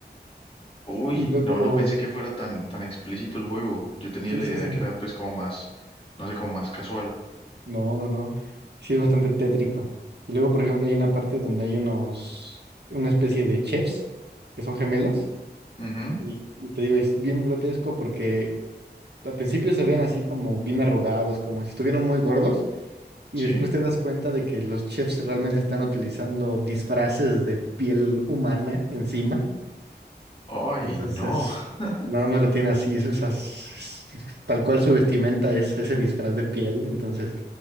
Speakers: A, on the left (about 30°); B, on the right (about 75°).
A: Uy,
B: Y, y luego,
A: no, no pensé que fuera tan, tan explícito el juego. Yo tenía
B: sí,
A: la
B: sí,
A: idea
B: sí.
A: de que era pues como más, no sé, como más casual.
B: No, no, no. Sí, es bastante tétrico. Y luego, por ejemplo, hay una parte donde hay unos, una especie de chefs que son gemelos
A: Ujú,
B: Y, y te digo, es bien grotesco porque al principio se ven así como bien arrugados, como si estuvieran muy gordos, y
A: Sí.
B: después te das cuenta de que los chefs realmente están utilizando disfraces de piel humana encima.
A: Ay,
B: Entonces,
A: no. <laughs>
B: nada más lo tiene así, es, o sea, es- es- tal cual su vestimenta es ese disfraz de piel. Entonces,